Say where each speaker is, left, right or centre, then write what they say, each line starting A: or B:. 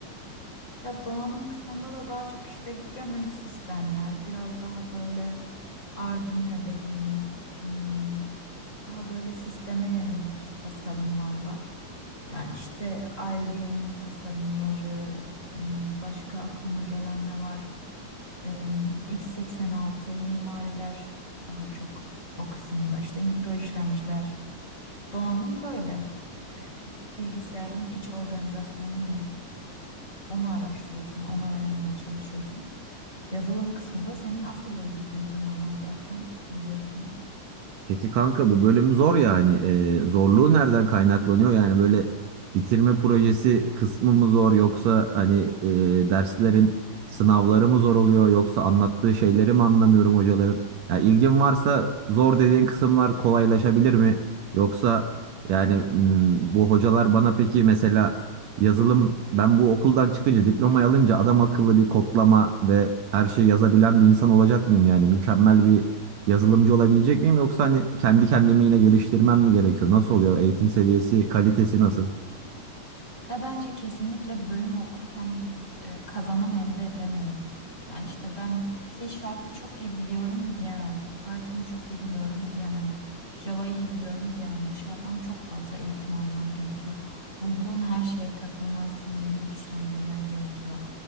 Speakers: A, on the left; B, on the right.
A: ya donanım kısmında da daha çok işte gömülü sistemler, biraz daha böyle Arduino dediğimiz hmm, daha böyle sisteme yönelik tasarımlar var. Yani işte IBM'in tasarımları, hmm, başka aklıma gelen ne var? Em, x86 mimariler daha çok o kısımda. İşte mikro işlemciler, donanım böyle. Bilgisayarın iç organizasyonu ne? Onu araştırıyorsun, onu öğrenmeye çalışıyorsun. Yazılım kısmı da senin asıl ilgi duyduğun alan zaten biliyorsun.
B: Peki kanka bu bölüm zor ya hani e, zorluğu nereden kaynaklanıyor? Yani böyle bitirme projesi kısmı mı zor yoksa hani e, derslerin sınavları mı zor oluyor yoksa anlattığı şeyleri mi anlamıyorum hocaların? Ya ilgin varsa zor dediğin kısımlar kolaylaşabilir mi? Yoksa yani m, bu hocalar bana peki mesela yazılım ben bu okuldan çıkınca diplomayı alınca adam akıllı bir kodlama ve her şeyi yazabilen bir insan olacak mıyım yani mükemmel bir Yazılımcı olabilecek miyim yoksa hani kendi kendimi yine geliştirmem mi gerekiyor? Nasıl oluyor? Eğitim seviyesi, kalitesi nasıl?
A: Ya bence kesinlikle bölüm okurken biz e, kazanım elde edemiyoruz. Yani işte ben C Sharp'ı çok iyi biliyorum diyemem. Python'ı çok iyi biliyorum diyemem. Java'yı iyi biliyorum diyemem. Dışarıdan çok fazla eğitim alman gerekiyor. Bulduğun her şeye katılman, CV'ni güçlendirmen gerekiyor.